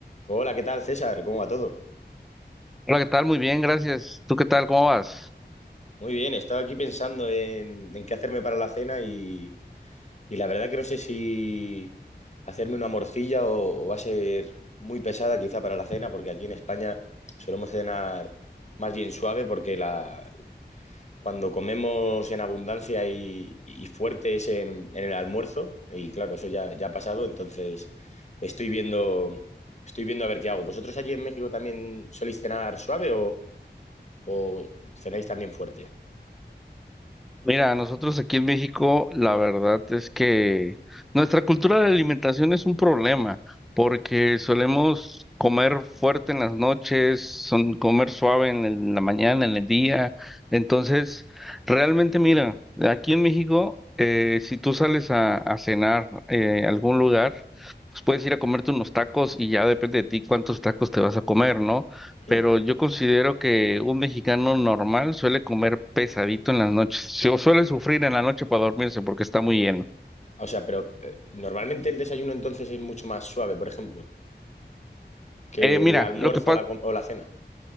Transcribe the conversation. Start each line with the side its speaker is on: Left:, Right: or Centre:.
Left: Hola, ¿qué tal, César? ¿Cómo va todo?
Centre: Hola, ¿qué tal? Muy bien, gracias. ¿Tú qué tal? ¿Cómo vas?
Left: Muy bien, estaba aquí pensando en, en qué hacerme para la cena y, y la verdad que no sé si hacerme una morcilla o, o va a ser muy pesada quizá para la cena, porque aquí en España solemos cenar más bien suave porque la, cuando comemos en abundancia y, y fuerte es en, en el almuerzo y claro, eso ya, ya ha pasado, entonces estoy viendo, estoy viendo a ver qué hago. ¿Vosotros allí en México también soléis cenar suave o cenáis también fuerte.
Centre: Mira, nosotros aquí en México, la verdad es que nuestra cultura de alimentación es un problema, porque solemos comer fuerte en las noches, son comer suave en, el- en la mañana, en el día. Entonces, realmente, mira, aquí en México, eh, si tú sales a, a cenar eh, a algún lugar, pues puedes ir a comerte unos tacos y ya depende de ti cuántos tacos te vas a comer, ¿no? pero
Left: Mm.
Centre: yo considero que un mexicano normal suele comer pesadito en las noches, Sí, suele sufrir en la noche para dormirse porque está muy lleno.
Left: O sea, pero eh, normalmente el desayuno entonces es mucho más suave, por ejemplo, que
Centre: Eh,
Left: el
Centre: mira,
Left: almuerzo
Centre: lo que pa-
Left: o la, com- o la cena.